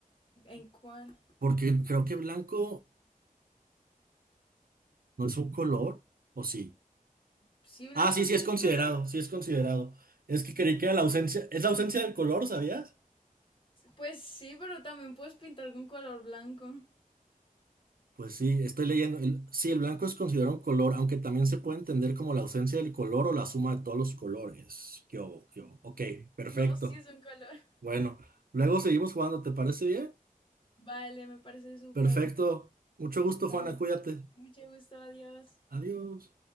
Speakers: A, on the left; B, on the right.
A: ¿En cuál?
B: Porque creo que blanco no es un color, ¿o sí?
A: Sí, blanco
B: Ah, sí, sí
A: sí
B: es
A: es
B: considerado,
A: un color.
B: sí es considerado. Es que creí que era la ausencia, es la ausencia del color, ¿sabías?
A: Pues sí, pero también puedes pintar con color blanco.
B: Pues sí, estoy leyendo. el- sí, el blanco es considerado un color, aunque también se puede entender como la ausencia del color o la suma de todos los colores. ¿Qué hubo? ¿Qué hubo? Ok, perfecto.
A: No, sí es un color.
B: Bueno, luego seguimos jugando, ¿te parece bien?
A: Vale, me parece súper.
B: Perfecto. Mucho gusto,
A: Vale.
B: Juana, cuídate.
A: Mucho gusto, adiós.
B: Adiós.